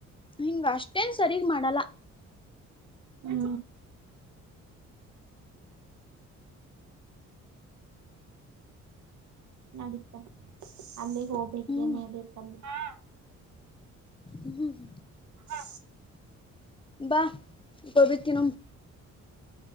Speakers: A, on the left (about 15°); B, on the right (about 70°).
A: ಹಿಂಗ ಅಷ್ಟೇನ್ ಸರಿಗ ಮಾಡಲ್ಲ
B: ಹ್ಮ ನಡಿತಾ ಅಲ್ಲಿ ಹೋಗ್ಬೇಕೇನೇ
A: ಹ್ಮ್
B: ಬಲ್ಲಿ ಹ್ಮ
A: ಹ್ಮ್ ಹ್ಮ್
B: ಹಾ
A: ಬಾ ಗೋಬಿ ತಿನ್ನಮ್ಮ